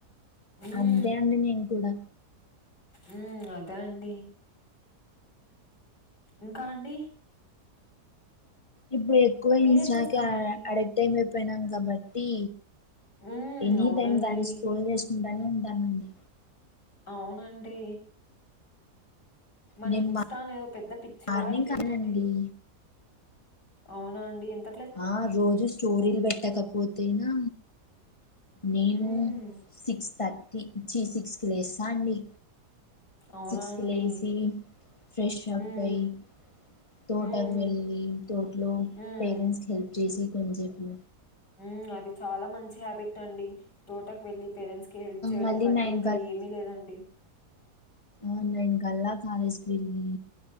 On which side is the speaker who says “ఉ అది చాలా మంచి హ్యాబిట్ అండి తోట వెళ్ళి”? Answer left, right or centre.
Left